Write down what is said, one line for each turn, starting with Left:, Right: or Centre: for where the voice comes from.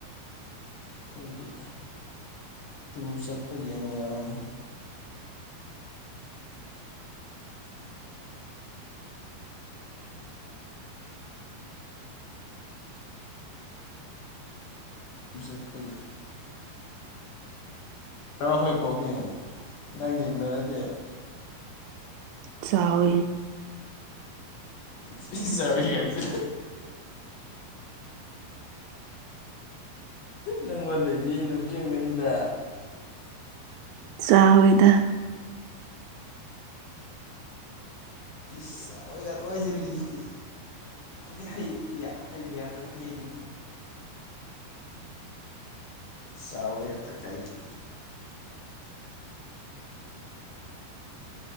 Left: ꯑꯩꯈꯣꯏꯒꯤ ꯇꯨꯔ ꯆꯠꯄꯒꯤ ꯑꯃ ꯌꯥꯎꯔꯝꯃꯤ
Right: <inaudible>
Left: ꯁꯄꯤꯔ ꯌꯥꯔꯣ ꯑꯩꯈꯣꯏ ꯀꯣꯛꯒꯤ ꯅꯪ ꯌꯦꯡꯅꯔꯗꯤ
Right: ꯆꯥꯎꯦ
Left: ꯁꯤ ꯆꯕꯕꯤ ꯀꯁꯦ ꯅꯪꯉꯣꯟꯗꯩꯗꯤ ꯅꯨꯄꯤ ꯑꯃꯝꯒꯅꯤꯗ
Right: ꯆꯥꯎꯗ
Left: ꯁꯤꯣꯏꯒꯗꯋꯥꯏꯁꯤꯜꯂꯤꯁꯤꯗꯤ ꯗꯤ ꯍꯥꯏꯗꯤꯌꯥꯗ ꯍꯥꯏꯩꯔꯤ ꯁꯑꯣꯣꯏꯗ ꯀꯩ ꯀ